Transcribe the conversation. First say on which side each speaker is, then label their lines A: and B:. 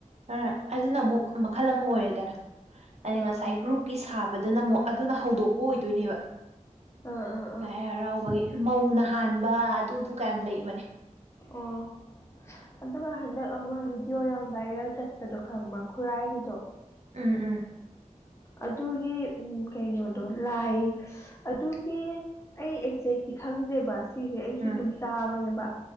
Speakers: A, on the right; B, on the left.
A: ꯑ ꯑꯗꯨꯅ ꯑꯃꯨꯛ ꯃꯈꯜ ꯑꯃ ꯑꯣꯏꯔꯦꯗꯅ ꯑꯗꯩ
B: ꯑꯥ
A: ꯉꯁꯥꯏ ꯒ꯭ꯔꯨꯞ ꯀꯤ ꯁꯥꯕꯗꯨꯅ ꯑꯃꯨꯛ ꯑꯗꯨꯅ ꯍꯧꯗꯣꯛꯄ ꯑꯣꯏꯗꯣꯏꯅꯦꯕ
B: ꯑ ꯑ
A: ꯂꯥꯏ ꯍꯔꯥꯎꯕꯒꯤ ꯃꯧꯅ ꯍꯥꯟꯕ ꯑꯗꯨꯗꯨ ꯀꯌꯥꯝ ꯂꯩꯕꯅꯦ
B: ꯑꯣ ꯑꯗꯨꯒ ꯍꯟꯗꯛ ꯑꯃ ꯚꯤꯗꯤꯑꯣ ꯌꯥꯝ ꯚꯥꯏꯔꯦꯜ ꯆꯠꯄꯗꯣ ꯈꯪꯕ ꯈꯨꯔꯥꯏꯒꯤꯗꯣ
A: ꯎꯝ ꯎꯝ
B: ꯑꯗꯨꯒꯤ ꯎꯝ ꯀꯩꯅꯣꯗꯣ ꯂꯥꯏ ꯑꯗꯨꯒꯤ ꯑꯩ ꯑꯦꯛꯖꯦꯛꯇꯤ ꯈꯪꯗꯦ ꯕꯁ ꯁꯤꯁꯦ ꯑꯩꯁꯨ
A: ꯎꯝ
B: ꯑꯗꯨꯝ ꯇꯥꯕꯅꯦꯕ